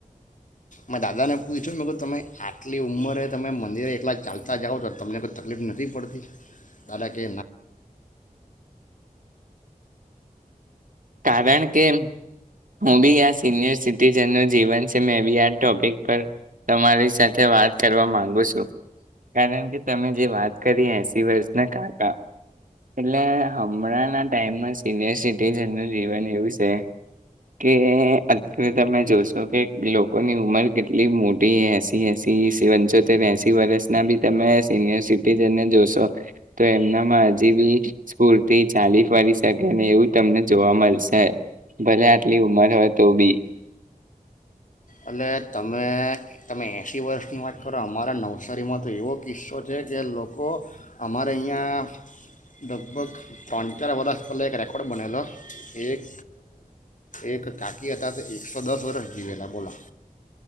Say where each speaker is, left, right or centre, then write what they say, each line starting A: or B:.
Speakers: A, on the left (about 60°); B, on the right (about 65°).
A: મેં દાદાને પૂછ્યું મે તમે આટલી ઉંમરે તમે મંદિરે એકલા ચાલતા જાઓ છો તમને કોઈ તકલીફ નથી પડતી દાદા કે‌
B: કારણ કે હું બી આ સિનિયર સિટીજન નુ જીવન મે બી આ ટોપિક પર તમારી સાથે વાત કરવા માંગુ છું કારણ કે તમે જે વાત કરી એસી વર્ષના કાકા એટલે હમણાંના ટાઈમમાં સિનિયર સિટીઝન જીવન એવું છે કે અત્યારે તમે જોશો કે લોકોની ઉંમર કેટલી મોટી એસી એસી પંચોતેર એસી વર્ષના બી તમે સિનિયર સિટીજનને જોશો તો એમનામાં હજી બી સ્કૂર્તિ ચાલી ફરી શકે એવું તમને જોવા મલશે ભલે આટલી ઉંમર હોય તો બી
A: એટલે તમે તમે એંશી વર્ષની વાત કરો અમારા નવસારીમાં તો એવો કિસ્સો છે કે લોકો અમારે અહીંયા લગભગ ત્રણ ચાર વરષ પહેલા એક રેકોર્ડ બનેલો એક એક કાકી હતા તો એકસો દસ વરષ જીવેલા બોલા